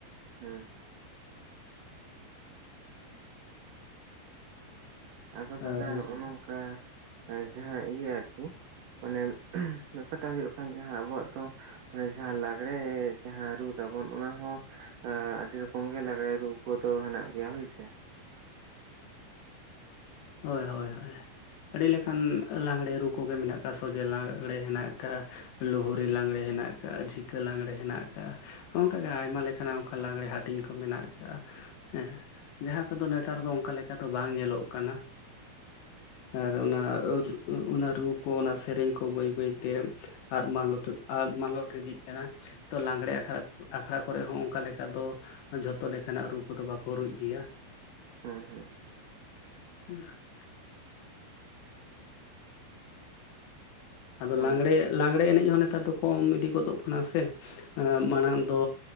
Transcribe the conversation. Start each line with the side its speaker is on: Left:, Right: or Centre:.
Right: ᱦᱮᱸ ᱟᱫᱚ ᱫᱟᱫᱟ
Left: ᱟᱨ
Right: ᱱᱚᱜᱼᱚ ᱱᱚᱝᱠᱟ ᱡᱟᱦᱟᱸ ᱤᱭᱟᱹ ᱟᱨᱠᱤ ᱚᱱᱮ ᱵᱮᱯᱟᱨᱴᱟᱜ ᱦᱩᱭᱩᱜ ᱠᱟᱱᱟ ᱡᱟᱦᱟᱸ ᱟᱵᱚᱣᱟᱜ ᱛᱚ ᱢᱟᱱᱮ ᱡᱟᱦᱟᱸ ᱞᱟᱜᱽᱲᱮ ᱡᱟᱦᱟᱸ ᱨᱩ ᱛᱟᱵᱚᱱ ᱚᱱᱟ ᱦᱚ ᱟᱹᱰᱤ ᱨᱚᱠᱚᱢ ᱜᱮ ᱞᱟᱜᱽᱲᱮ ᱨᱩ ᱠᱚ ᱫᱚ ᱦᱮᱱᱟᱜ ᱜᱮᱭᱟ ᱦᱳᱭ ᱥᱮ
Left: ᱦᱳᱭ ᱦᱳᱭ ᱦᱳᱭ ᱟᱹᱰᱤ ᱞᱮᱠᱟᱱ
Right: ᱦᱮᱸ
Left: ᱞᱟᱜᱽᱲᱮ ᱨᱩ ᱠᱩ ᱜᱮ ᱢᱮᱱᱟᱜ ᱠᱟᱜᱼᱟ ᱥᱚᱡᱦᱮ ᱞᱟᱜᱽᱲᱮ ᱦᱮᱱᱟᱜ ᱠᱟᱜᱼᱟ ᱞᱩᱷᱩᱲᱤ ᱞᱟᱜᱽᱲᱮ ᱦᱮᱱᱟᱜ ᱠᱟᱜᱼᱟ ᱡᱷᱤᱠᱟᱹ ᱞᱟᱜᱽᱲᱮ ᱦᱮᱱᱟᱜ ᱠᱟᱜᱼᱟ ᱦᱚᱸ ᱚᱝᱠᱟᱜᱮ ᱟᱭᱢᱟ ᱞᱮᱠᱟᱱᱟᱜ ᱚᱱᱠᱟ ᱞᱟᱜᱽᱬᱮ ᱦᱟᱹᱴᱤᱧ ᱠᱚ ᱢᱮᱱᱟᱜ ᱟᱠᱟᱜᱼᱟ ᱦᱮᱸ ᱡᱟᱦᱟᱸ ᱟᱫᱚ ᱱᱮᱛᱟᱨ ᱫᱚ ᱚᱱᱠᱟ ᱞᱮᱠᱟ ᱫᱚ ᱵᱟᱝ ᱧᱮᱞᱚᱜ ᱠᱟᱱᱟ ᱟᱨ ᱚᱱᱟ ᱚᱱᱟ ᱨᱩ ᱠᱚ ᱚᱱᱟ ᱥᱮᱨᱮᱧ ᱠᱚ ᱵᱟᱹᱭ ᱵᱟᱹᱭᱛᱮ ᱟᱫ ᱢᱟᱞᱚᱛ ᱟᱫ ᱢᱟᱞᱚᱴ ᱤᱫᱤᱜ ᱠᱟᱱᱟ ᱛᱚ ᱞᱟᱜᱽᱬᱮ ᱟᱠᱷᱲᱟ ᱟᱠᱷᱲᱟ ᱠᱚᱨᱮᱜ ᱦᱚᱸ ᱚᱱᱠᱟ ᱞᱮᱠᱟ ᱫᱚ ᱡᱷᱚᱛᱚ ᱞᱮᱠᱟᱱᱟᱜ ᱨᱩ ᱠᱚᱫᱚ ᱵᱟᱠᱚ ᱨᱩᱭ ᱜᱮᱭᱟ
Right: ᱦᱮᱸ ᱦᱮᱸ
Left: <inaudible> ᱟᱫᱚ
Right: ᱦᱳᱭ
Left: ᱞᱟᱸᱜᱽᱲᱮ ᱞᱟᱸᱜᱽᱲᱮ ᱮᱱᱮᱡ ᱦᱚᱸ ᱱᱮᱛᱟᱨ ᱫᱚ ᱠᱚᱢ ᱤᱫᱤ ᱜᱚᱫᱚᱜ ᱠᱟᱱᱟ ᱥᱮ ᱮᱸ ᱢᱟᱲᱟᱝ ᱫᱚ